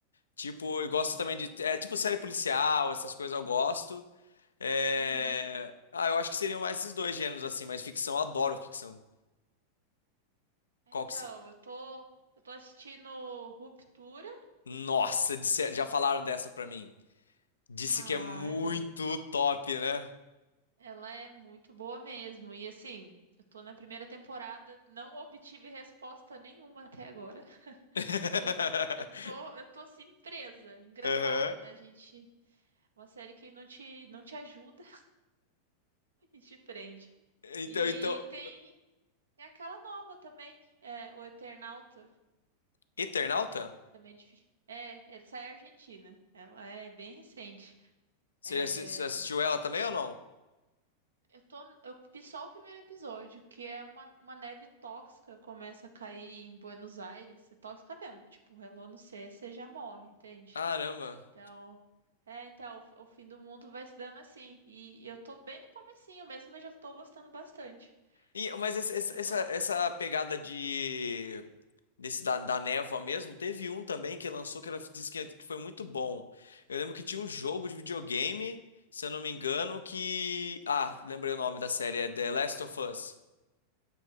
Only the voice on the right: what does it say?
Uhum.
É,
Então,
eu tô, eu tô assistindo Ruptura.
Ah,
ela,
ela é muito boa mesmo. E assim, eu tô na primeira temporada, não obtive resposta nenhuma até agora.
Mas eu tô, eu tô assim, presa. Engraçado,
né? A gente. Uma série que não te, não te ajuda <laughs> e te prende.
E
tem aquela nova também, é, O Eternauta,
que é também difícil. É, essa é argentina. Ela é bem recente.
É,
eu tô, eu vi só o primeiro episódio, que é uma, uma neve tóxica começa a cair em Buenos Aires. É tóxica mesmo. Tipo, relou no C, você já morre, entende?
Então, é, então, o, o fim do mundo vai se dando assim. E eu tô bem no comecinho mesmo, mas já tô gostando bastante.
Esse
eu tô.